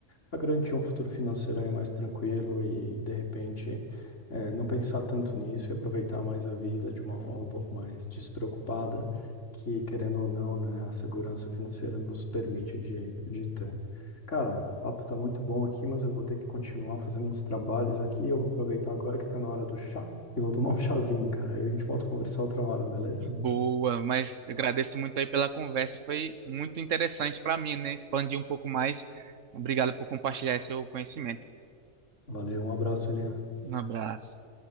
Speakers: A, on the left; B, on the right.
A: para garantir um futuro financeiro aí mais tranquilo e, de repente, eh, não pensar tanto nisso e aproveitar mais a vida de uma forma um pouco mais despreocupada, que, querendo ou não, né, a segurança financeira nos permite de, de ter. Cara, o papo tá muito bom aqui, mas eu vou ter que continuar fazendo uns trabalhos aqui. Eu vou aproveitar agora que tá na hora do chá e vou tomar um chazinho, cara. Aí a gente volta a conversar outra hora, beleza?
B: Boa, mas agradeço muito aí pela conversa, foi muito interessante para mim, né? Expandir um pouco mais. Obrigado por compartilhar esse seu conhecimento.
A: Valeu, um abraço, Elian.
B: Um abraço.